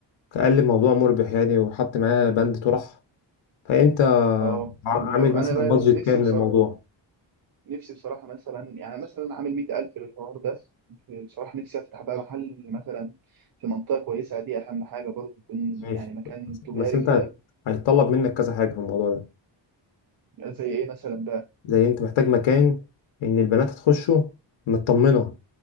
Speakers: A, on the left (about 70°); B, on the right (about 50°).
A: كقلب موضوع مربح يعني وحط معاه بند طرح فانت
B: اه
A: عامل
B: جميل أوي
A: مثلا
B: انا بقى
A: بادجت
B: بس نفسي
A: كام
B: بصراحه
A: للموضوع
B: نفسي بصراحه مثلا يعني مثلا عامل 100000 للحوار ده بصراحه نفسي افتح بقى محل مثلا في منطقه كويسه دي اهم حاجه برضو يكون
A: ماشي
B: يعني مكان
A: بس
B: تجاري
A: بس انت
B: كده
A: هت- هيتطلب منك كذا حاجه في الموضوع ده
B: زي ايه مثلا بقى
A: زي انت محتاج مكان ان البنات تخشه مطمنه